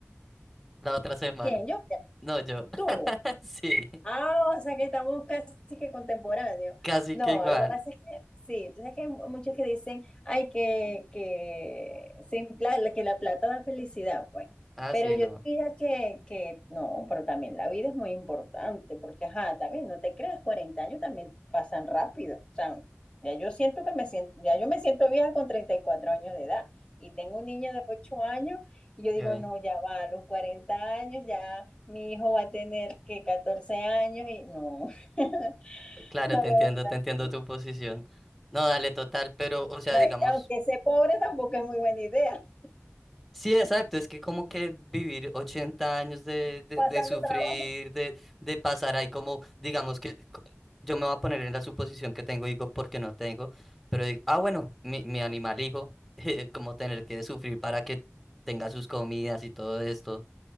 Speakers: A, in the centre; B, on the left.
A: La otra semana.
B: ¿Quién? Yo,
A: No, yo.
B: tú.
A: <laughs> Sí,
B: Ah, o sea que estamos casi que contemporáneos.
A: casi
B: No,
A: que igual.
B: lo que pasa es que sí, entonces que hay mu- muchos que dicen, ay, que, que, sin pla- que la plata da felicidad, pues.
A: Ah,
B: Pero
A: sí, no.
B: yo diría que, que no, pero también la vida es muy importante, porque ajá, también no te creas, 40 años también pasan rápido. O sea, ya yo siento que me siento, ya yo me siento vieja con 34 años de edad. Y tengo un niño de 8 años, y yo digo,
A: qué bien.
B: no, ya va, a los 40 años ya. Mi hijo va a tener que 14 años y no, <laughs>
A: Claro,
B: no
A: te
B: lo
A: entiendo,
B: voy
A: te
B: a
A: entiendo
B: hacer.
A: tu posición. No, dale, total, pero, o sea,
B: No,
A: digamos.
B: y aunque sea pobre tampoco es muy buena idea,
A: Sí, exacto, es que como que vivir 80 años de, de,
B: pasando
A: de sufrir,
B: trabajo.
A: de, de pasar ahí como, digamos que co- yo me voy a poner en la suposición que tengo hijo porque no tengo, pero digo, ah, bueno, mi, mi animal hijo, <laughs> eh, como tener que sufrir para que tenga sus comidas y todo esto,